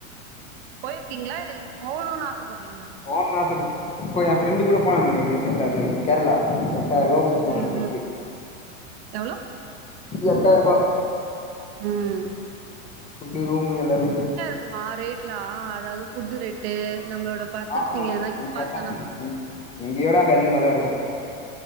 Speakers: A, on the right; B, on the left.
A: போயிருக்கீங்களா இல்ல போவனோன்னு ஆசப்பட்றீங்களா
B: போவணுன் ஆசபட் இப்ப எ ஃப்ரெண்டு் கூட போனானே ரீசெண்ட்டா தோ இங்க கேரளா எட்டாயிர ரூபா குத்து போன
A: ம்
B: ட்ரிப்பு
A: ம் எவ்ளோ
B: எட்டாயிர ரூபா
A: ம்
B: ஃபுட்டு ரூமுக்கு எல்லாமே சேத்து
A: க்குமா ரேட்லா அதாவது ஃபுட்டு ரேட்டு நம்மளோட பர்ச்சேசிங்
B: பாக்கணு
A: எதனா
B: இங்கத்தா
A: பாத்தனா
B: இங்கயோட அங்க அதிகமாதா இருக்கு